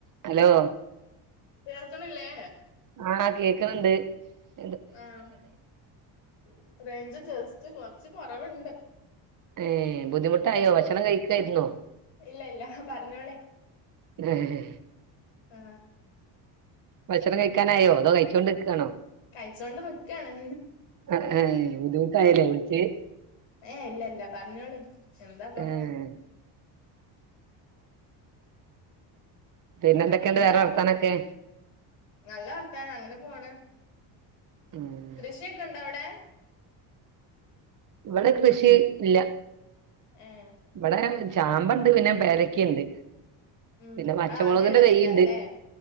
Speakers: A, on the right; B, on the left.
A: Hello
B: കേൾക്ക്ണില്ലേ?
A: ആഹ് കേക്ക്ണ് ണ്ട്
B: ആറേഞ്ച് ജേസ്ററ് കൊറച്ച് കൊറവുണ്ട്.
A: ഏബുദ്ധിമുട്ടായോ? ഭക്ഷണം കഴിക്കായിരുന്നോ?
B: ഇല്ല ഇല്ല പറഞ്ഞോളിം
A: ഏഹ്
B: ആ
A: ഭക്ഷണം കഴിക്കാനായോ അതോ കഴിച്ചുകൊണ്ടിരിക്കുകാണോ?
B: കഴിച്ചോണ്ട് നിക്കാണ്.
A: ആബുധിമുട്ടായല്ലേ വിളിച്ച്.
B: ഏ ഇല്ല ഇല്ല പറഞ്ഞോളി എന്താപ്പ
A: ഏഹ് പിന്നെ എന്തൊക്കെയുണ്ട്
B: എന്താ
A: വേറെ വർത്താനൊക്കെ
B: നല്ല വർത്താന അങ്ങനെ പോണ്.
A: ഉം
B: കൃഷിയൊക്കെ ഉണ്ടോ അവിടെ?
A: ഇവിടെ കൃഷി ഇല്ല
B: ഏ
A: ഇവിടെ ചാമ്പ ഉണ്ട് പിന്നെ പെരക്കിുണ്ട്
B: ഉം
A: പിന്നെ പച്ചമുളകിന്റെ
B: ആ ആദ്യം ഉള്ളതേക്കാരല്ലേ
A: തെയുണ്ട്.